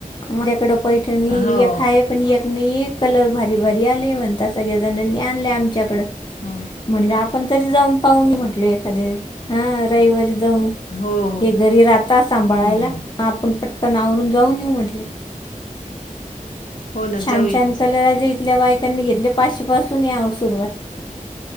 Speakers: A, on the left; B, on the left.
A: उद्याकडं पैठणी
B: हो
A: एक हाये. पण एक नी एक कलर भारी भारी आले म्हणता. सगळेजणनी आणलेय आमच्याकडं.
B: ह.
A: म्हटलं आपण तरी जाऊन पाहून येऊ म्हटलो एखादे. हा रविवारी जाऊ.
B: हो हो
A: हे घरी राहता सांभाळायला.
B: हम्म हम्म
A: म आपण पटकन आवरून जाऊन येऊ म्हटलं.
B: हो ना
A: छान
B: जाऊया
A: छान
B: ना
A: कलर आज इथल्या बायकांनी घेतले. पाचशे पासूने आओ सुरवात.